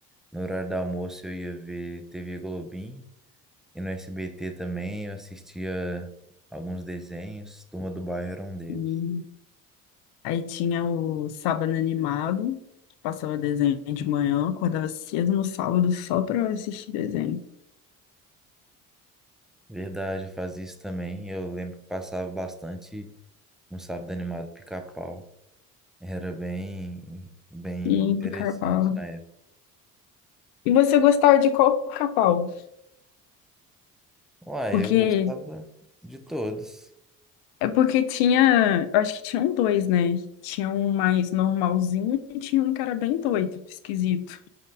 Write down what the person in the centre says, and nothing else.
No horário do almoço eu ia ver TV Globinho e no SBT também eu assistia alguns desenhos, Turma do Bairro era um deles.
Verdade, eu fazia isso também. Eu lembro que passava bastante no sábado animado Pica-Pau. Era bem, bem
interessante
na época.
Uai,
eu gostava de todos.